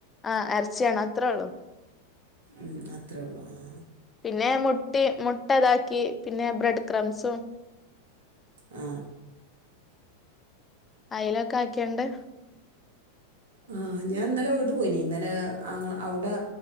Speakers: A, on the left; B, on the right.
A: ആ അരച്ചിയാണ് അത്രേ ഉള്ളോ
B: ഉ അത്രേ ഉള്ളു ആ
A: പിന്നെ മുട്ടി മുട്ട ഇതാക്കി പിന്നെ ബ്രെഡ് ക്രംസും
B: ആ
A: അയലൊക്കെ ആക്കിയണ്ട്
B: ആ ഞാൻ ഇന്നലെ വീട്ട് പോയിനി ഇന്നലെ ആ അവിടെ